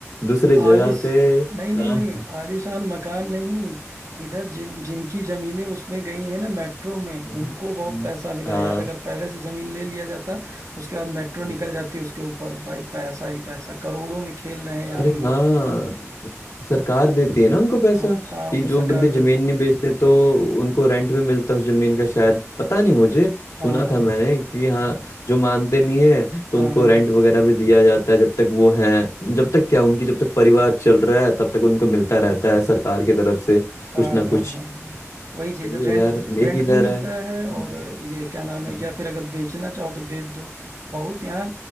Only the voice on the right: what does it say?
आलिस
नहीं नहीं नहीं आलिशान मकान नहीं इधर जिन जिनकी जमीनें उसमें गई हैं ना मेट्रो में
उनको बहुत पैसा मिला
यार अगर पहले से जमीन ले लिया जाता उसके बाद मेट्रो
निकल जाती उसके ऊपर भाई पैसा ही पैसा करोड़ों में खेल रहे हैं यहाँ
पे लोग
हाँ हाँ
उनको
सरकार
दे
हाँ
हाँ
हाँ
हाँ हाँ
हाँ
हाँ हाँ
हाँ। वही चीज
रेंट
रेंट
भी मिलता
है और ये क्या नाम
है या फिर अगर बेचना चाहो तो बेच दो बहुत यहाँ